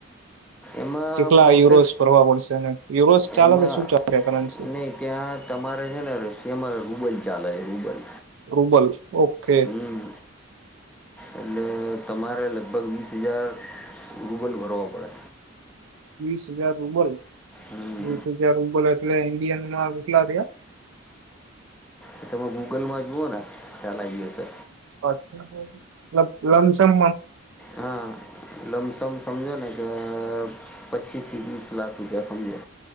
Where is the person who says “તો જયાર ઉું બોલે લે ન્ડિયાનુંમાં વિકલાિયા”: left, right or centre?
Right